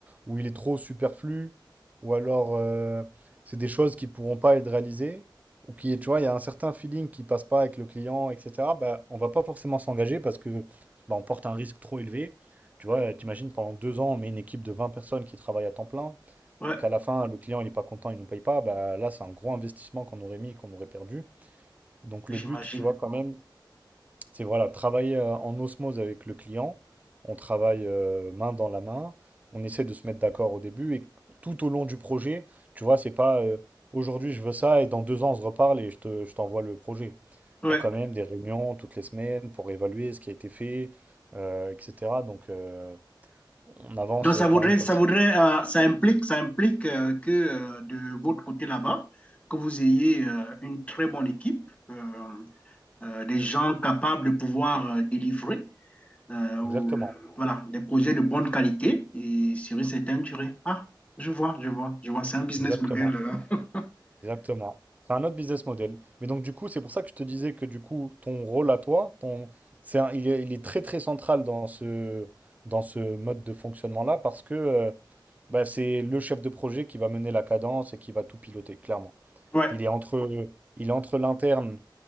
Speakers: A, on the right; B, on the left.
A: ou il est trop superflu, ou alors euh, c'est des choses qui ne pourront pas être réalisées, ou qui, tu vois, il y a un certain feeling qui passe pas avec le client, etc., bah, on va pas forcément s'engager parce que bah, on porte un risque trop élevé. Tu vois, t'imagines, pendant deux ans, on met une équipe de 20 personnes qui travaillent à temps plein,
B: ouais,
A: et qu'à la fin, le client, il est pas content, il ne nous paye pas, bah, là, c'est un gros investissement qu'on aurait mis, et qu'on aurait perdu. Donc
B: j'imagine.
A: le but, tu vois, quand même, c'est voilà, travailler euh, en osmose avec le client. On travaille euh, main dans la main. On essaie de se mettre d'accord au début et tout au long du projet, tu vois, c'est pas euh, aujourd'hui je veux ça et dans deux ans on se reparle et je te, je t'envoie le projet.
B: Ouais.
A: Il y a quand même des réunions toutes les semaines pour évaluer ce qui a été fait, euh, etc. Donc euh, on avance
B: Donc ça
A: euh, quand
B: voudrait,
A: même comme
B: ça
A: ça.
B: voudrait, euh, ça implique, ça implique euh, que euh, de votre côté là-bas, que vous ayez euh, une très bonne équipe, euh, euh, des gens capables de pouvoir euh, délivrer, euh, au-
A: Exactement,
B: voilà, des projets de bonne qualité et sur une certaine durée. Ah, je vois, je vois, je vois, c'est un business
A: exactement.
B: model. euh,
A: Exactement. C'est un autre business model. Mais donc, du coup, c'est pour ça que je te disais que, du coup, ton rôle à toi, ton, c'est un- il est, il est très, très central dans ce, dans ce mode de fonctionnement-là parce que euh, bah, c'est le chef de projet qui va mener la cadence et qui va tout piloter, clairement.
B: Ouais.
A: Il est entre, il est entre l'interne,